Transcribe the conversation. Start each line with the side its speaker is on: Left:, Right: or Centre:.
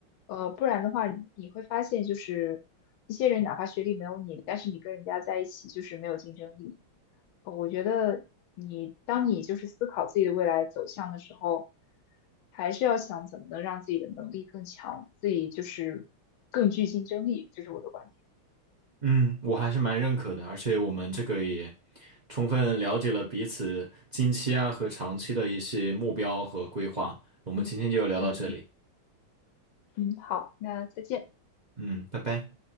Left: 呃，不然的话你你会发现就是一些人哪怕学历没有你，但是你跟人家在一起就是没有竞争力。呃我觉得你当你就是思考自己的未来走向的时候，还是要想怎么能让自己的能力更强，自己就是更具竞争力，这是我的观点。
Right: 嗯，我还是蛮认可的，而且我们这个也充分了解了彼此近期啊和长期的一些目标和规划。我们今天就聊到这里，
Left: 嗯嗯。嗯，好，那再见。
Right: 嗯，拜拜。